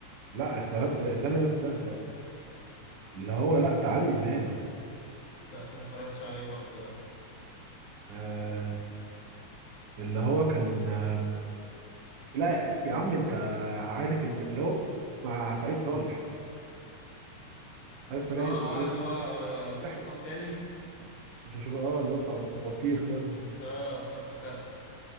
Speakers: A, on the right; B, on the left.
A: لا سلام آه، ثانية بس لا اللي هو لا بتاع عادل امام
B: لا ما اتفرجتش عليه برضه ده
A: آه اللي هو كان آه لا يا يا عم انت عارف اللي هو مع سعيد صالح عارف صالح
B: اه اه
A: عارف
B: اللي هو آه،
A: سعيد صالح
B: مش هشوفك تاني
A: مش هشوف اه اللي هو بتاع البطيخ ده
B: اه افتكرته